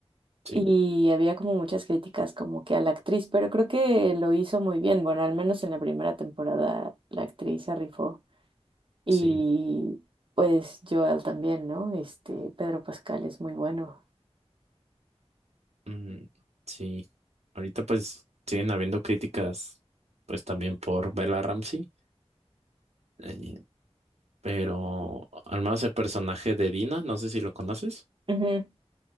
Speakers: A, on the right; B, on the right.
A: Sí,
B: Y había como muchas críticas como que a la actriz, pero creo que lo hizo muy bien. Bueno, al menos en la primera temporada la actriz se rifó. Y
A: sí,
B: pues Joel también, ¿no? Este, Pedro Pascal es muy bueno.
A: mm, sí. Ahorita pues siguen habiendo críticas, pues también por Bella Ramsey. Eh, pero al menos el personaje de Dina, no sé si lo conoces.
B: Ujú.